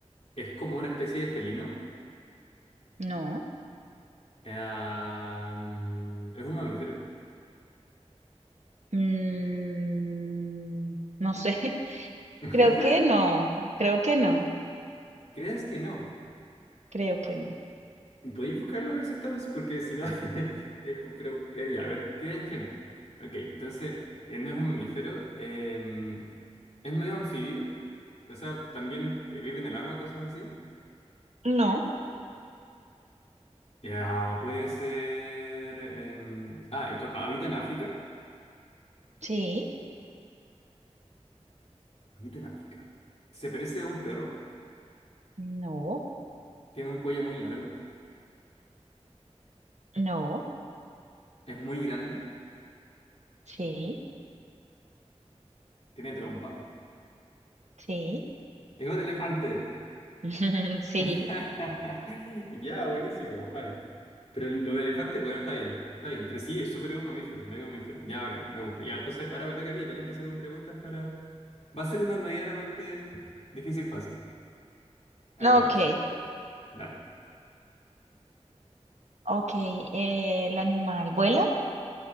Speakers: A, on the left; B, on the right.
A: ¿Es como una especie de felino?
B: no.
A: Ah, mm, ¿es un mamífero?
B: Mm, no sé, <laughs>
A: <laughs>
B: creo que no, creo que no,
A: ¿Crees que no?
B: creo que no.
A: ¿Podéis buscarlo a ver si estamos Porque si no, <laughs> eh, con- pero eh, ya, a ver, ¿crees que no? Ok, entonces, eh, no es un mamífero, eh, es medio anfibio, o sea, también eh, vive en el agua, cosas así.
B: No,
A: Ya, puede ser... em, ah, eh, cu- habita en África,
B: sí,
A: habita en África. Se parece a un perro,
B: no,
A: tiene un cuello muy largo,
B: no,
A: es muy grande,
B: sí,
A: tiene trompa,
B: sí,
A: es un elefante.
B: <laughs> sí.
A: <laughs> Ya, buenísimo, Juan. Pero lo del elefante, bueno, está bien, está bien. Pero sí, es súper un mamífero, mega mamífero. Ya, bacán, me gusta. Ya, entonces ahora me toca a mí, tenés que hacerme preguntas para. Va a ser una medianamente difícil, fácil. Hay
B: Ok,
A: varios. Dale.
B: ok, eh, el animal vuela,